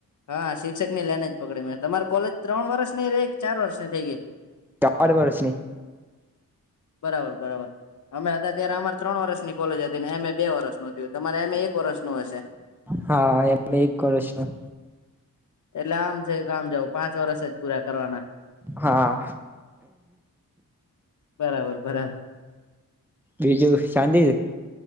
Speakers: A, on the left; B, in the centre.
A: હા, શિક્ષક ની લાઈન જ પકડી મે. તમારી કોલેજ ત્રણ વર્ષની રહી, ચાર વર્ષ ની થઈ ગઈ.
B: ત્રણ વર્ષની.
A: બરાબર, બરાબર. અમે હતા ત્યારે અમારે ત્રણ વર્ષની કોલેજ હતી ને. એમ. એ. બે વર્ષનું થયું. તમારે એમ. એ. એક વર્ષનું હશે.
B: હા, એમ. એ. એક વર્ષ નું.
A: એટલે, આમ છે કે આમ જાવના પાંચ વર્ષ જ પૂરા કરવાના.
B: હા.
A: બરાબર, બરાબર.
B: બીજું શાંતિ છે?